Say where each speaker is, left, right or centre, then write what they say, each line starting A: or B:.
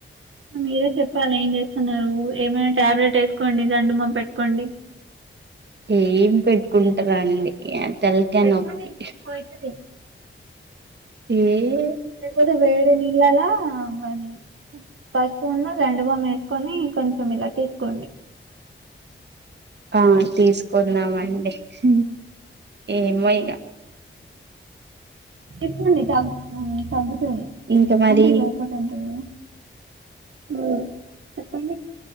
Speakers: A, on the right; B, on the right.
A: మీరే చెప్పాల ఏం చేస్తున్నారు ఏమైనా టాబ్లెట్ వేసుకోండి జండుబామ్ పెట్టుకోండి.
B: ఏం పెట్టుకుంటార అండి అ తలకాయ
A: పెట్టుకోండి
B: నొప్పి
A: తక్కువ అయితది
B: ఏం
A: ఏ <unintelligible> వే తిన్న <unintelligible> మరి పసుపు ఉన్ను జండుబాం ఎస్ కొన్ని కొంచెం ఇలా తీసుకోండి.
B: ఆ తీసుకోన్నామండి. హూ ఏమో ఇగ
A: చెప్పండి తగ్తుంద్ తగ్గు తే
B: ఇంకా మరి
A: అంటే లోపల ఉంటది గద హు చెప్పండి.